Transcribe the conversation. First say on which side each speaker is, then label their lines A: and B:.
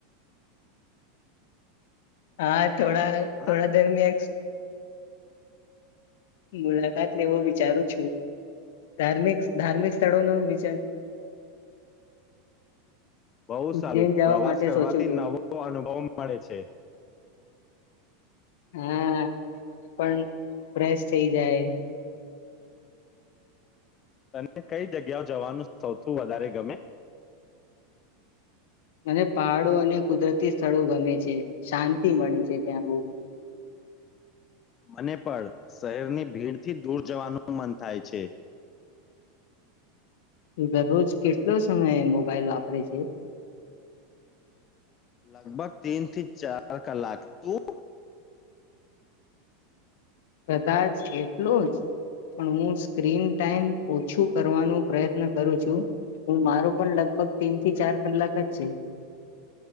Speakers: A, on the left; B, on the left.
A: આા થોડા થોડા
B: હા
A: દરમિયાક <inaudible> મુલાકાત લેવો વિચારું છું, ધાર્મિક ધાર્મિક સ્થળો નો વિચાર
B: બહુ
A: ઉજ્જૈન
B: સારું
A: જવા
B: પ્રવાસ
A: માટે
B: કરવાથી
A: સોચ્યું છું
B: નવો અનુભવ મળે છે,
A: હા મને પણ ફેશ થઈ જાય
B: તને કઈ જગ્યાઓ જવાનું સૌથીું વધારે ગમે?
A: મને પહાડો અને કુદરતી સ્થળો ગમે છે શાંતિ મળે છે ત્યાં બહ
B: અને પણ શહેરની ભીડથી દૂર જવાનું મન થાય છે,
A: દરરોજ કેટલો સમય મોબાઈલ વાપરે છે
B: લગભગ તીન થી ચાર કલાક તું?
A: કદાચ એટલો જ પણ હું સ્ક્રીન ટાઈમ ઓછું કરવાનો પ્રયત્ન કરું છું, હું મારો પણ લગભગ તીન થી ચાર કલાક જ છે.